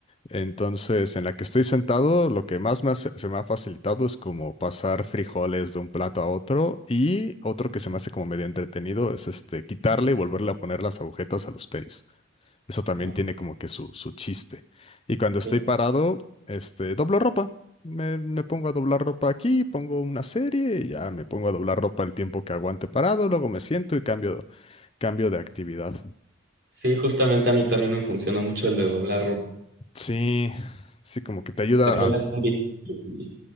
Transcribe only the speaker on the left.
Entonces, en la que estoy sentado, lo que más me hace- se me ha facilitado es como pasar frijoles de un plato a otro y otro que se me hace como medio entretenido es este quitarle y volverle a poner las agujetas a los tenis. Eso también
tiene como que su, su chiste. Y cuando estoy
parado, este, doblo ropa. Me, me pongo a doblar ropa aquí, pongo una serie y ya me pongo a doblar ropa el tiempo que aguante parado, luego me siento y cambio, cambio de actividad.
Sí, sí, como que te ayuda
a